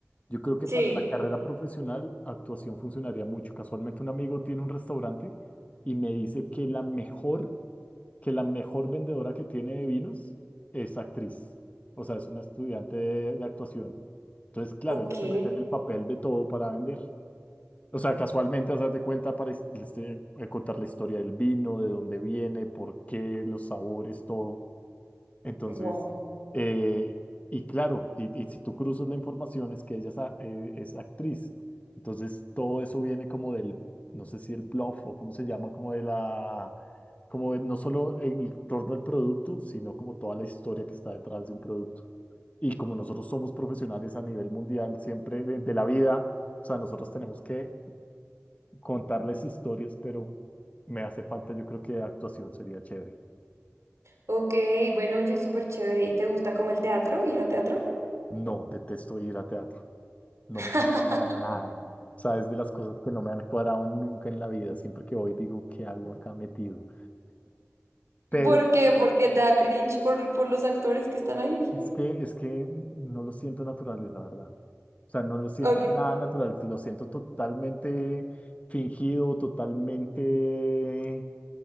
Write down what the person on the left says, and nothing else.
yo creo que
para la carrera profesional actuación funcionaría mucho. Casualmente un amigo tiene un restaurante y me dice que la mejor, que la mejor vendedora que tiene de vinos es actriz. O sea, es una estudiante de, de actuación. Entonces, claro,
ella se mete en el papel de todo para vender. O sea, casualmente, haz de cuenta para es- este, eh, contar la historia del vino, de dónde viene, por qué, los sabores, todo. Entonces,
eh, y claro, y, y si tú cruzas la información es que ella es, a- eh, es actriz. Entonces, todo eso viene como del, no sé si el bluff o cómo se llama, como de la, como de- no solo en torno al producto, sino como toda la historia que está detrás de un producto. Y como nosotros somos profesionales a nivel mundial, siempre de de la vida. O sea, nosotros tenemos que contarles historias, pero me hace falta, yo creo que actuación sería chévere.
No, detesto ir a teatro, no
me gusta para nada. O sea, es de las cosas que no me han cuadrado nunca en la vida. Siempre que voy digo, ¿qué hago acá metido? Pero
es que, es que no lo siento naturales, la verdad. O sea, no lo siento
nada natural, lo siento totalmente fingido, totalmente